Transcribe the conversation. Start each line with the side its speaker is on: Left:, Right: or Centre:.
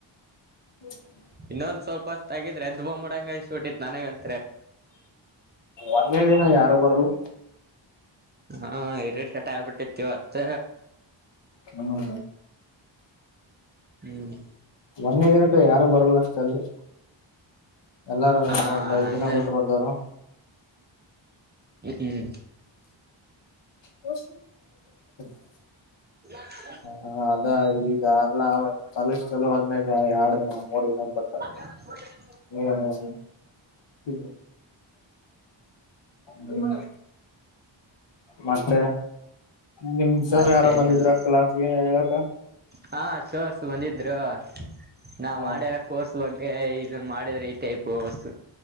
Left: <unintelligible>
Right: ಇನ್ನೊಂದ್ ಸ್ವಲ್ಪ ಅತ್ತಗಿದ್ರೆ ಎದ್ದು ಬಂದು ಬಿಡಂಗಕಟ್ಟಿತ್ ನನಗಂತ.
Left: ಒಂದನೇ ದಿನ ಯಾರು ಬರಲ್ಲ.
Right: ಹಾ ಹಿರಿಟೇಟ್ ಆಗ್ಬಿಟ್ಟಿತಿವತ್ತ.
Left: ಹ್ಮ.
Right: ಹ್ಮ್.
Left: ಒಂದನೇ ದಿನಕ್ಕೆ ಯಾರು ಬರಲ್ಲ ಅಷ್ಟ ಜಲ್ದಿ. ಎಲ್ಲಾರು
Right: ಹಾ
Left: ಒಂದ್ ಐದ್
Right: ಅಂದ
Left: ದಿನಬಟ್ಟ ಬರ್ತಾರ.
Right: ಹ್ಮ ಹ್ಮ್.
Left: ಹಸ <unintelligible>
Right: ಹ <unintelligible>
Left: ಹ ಅದ ಈಗ ಎಲ್ಲ ಕಾಲೇಜ್ ಚಲೋ ಆದ್ಮ್ಯಾಗ ಎರಡು ದಿನ ಮೂರ್ ದಿನ ಬಿಟ್ಟು.
Right: ಹ.
Left: ಏನು <inaudible> ಹುಂ ಮತ್ತೆ. ನಿಮ್ ಸರ್
Right: ಮತ್ತೇನಿಲ್ಲ
Left: ಯಾರ ಬಂದಿದ್ರ ಕ್ಲಾಸ್ ಗೆ ಹೇಳಕ.
Right: ಹಾ ಸೋರ್ಸ್ ಬಂದಿದ್ರು ನಾ
Left: ಹ
Right: ಮಾಡ್ಯ ಕೋರ್ಸ್ ಬಗ್ಗೆ. ಇದನ್ ಮಾಡಿದ್ರೆ ಈ ಟೈಪ್ಸ್